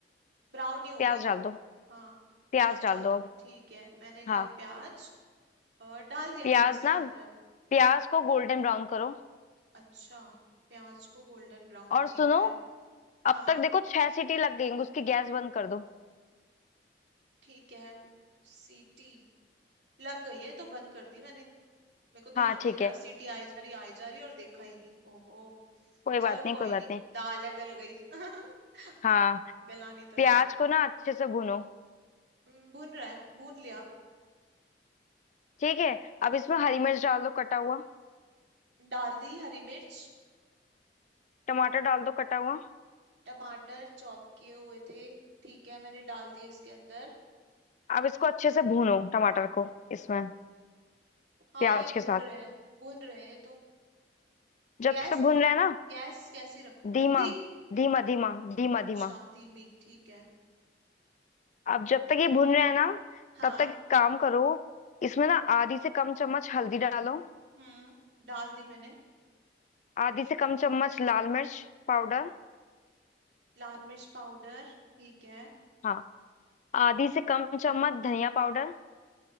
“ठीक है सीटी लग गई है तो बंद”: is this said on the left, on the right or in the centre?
Right